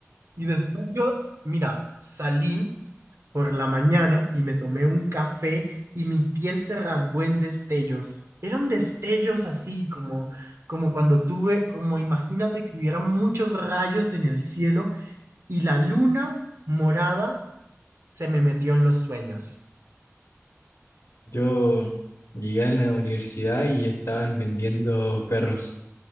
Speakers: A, on the right; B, on the left.
A: Y después yo, mira, salí. por la mañana y me tomé un café y mi piel se rasgó en destellos. Eran destellos así como como cuando tuve, como imagínate que hubiera muchos rayos en el cielo y la luna morada se me metió en los sueños.
B: Yo llegué a la universidad y estaban vendiendo perros.